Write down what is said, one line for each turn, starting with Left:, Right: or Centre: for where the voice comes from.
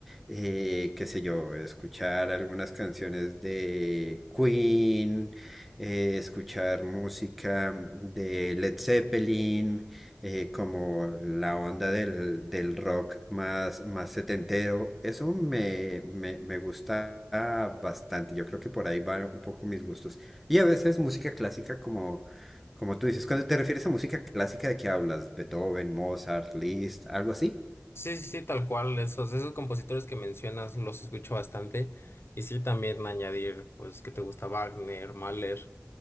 Centre: eh, qué sé yo, escuchar algunas canciones de Queen, eh, escuchar música de Led Zeppelin, eh, como la onda del, del rock más, más setentero. Eso me, me, me gusta bastante. Yo creo que por ahí van un poco mis gustos. Y a veces música clásica como como tú dices, cuando te refieres a música clásica, ¿de qué hablas? Beethoven, Mozart, Liszt, algo así.
Left: Sí, sí, sí, tal cual. Esos, esos compositores que mencionas los escucho bastante. Y sí, también añadir, pues, que te gusta Wagner, Mahler.